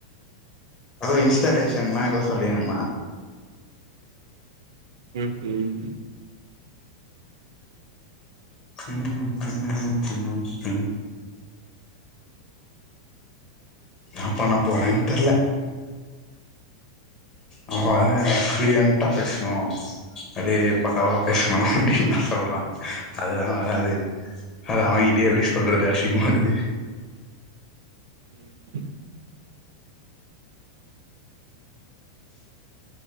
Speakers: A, on the left; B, on the right.
A: ஏதோ இன்ஸ்டாலேஷன்ன ஏதோ சொல்லியிருந்தா
B: ம் ம்
A: <unintelligible> இன்ன பண்ண போறேன் தெர்ல அங்க வேற புளுயண்டா பேச்ணு அப்டியே பக்கவா பேச்ணு சொல்ற அதுதா வராது அத அவங்கிட்டே எப்டி சொல்றது அசிங்மாக்குது
B: ம்